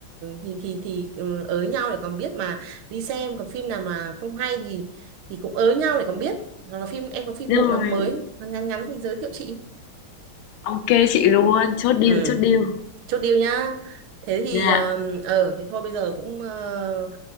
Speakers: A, on the right (about 85°); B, on the left (about 80°).
A: thì thì, thì, ừ, ới nhau để còn biết mà đi xem còn phim nào mà không hay thì thì cũng ới nhau để còn biết hoặc là phim em có phim
B: Rồi,
A: bộ nào mới ngắn ngắn ngắn thì giới thiệu chị
B: ok chị luôn, chốt
A: ừ
B: deal, chốt deal.
A: chốt deal nhá thế thì
B: Dạ,
A: ờ ờ, thế thôi bây giờ cũng ờ,